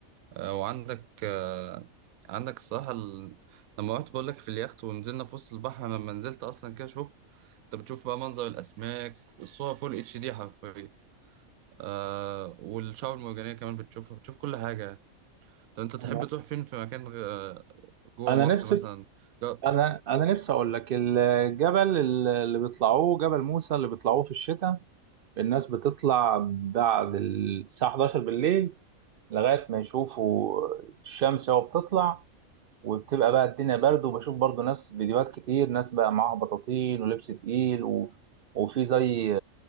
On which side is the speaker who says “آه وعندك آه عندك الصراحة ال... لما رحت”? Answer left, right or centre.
Right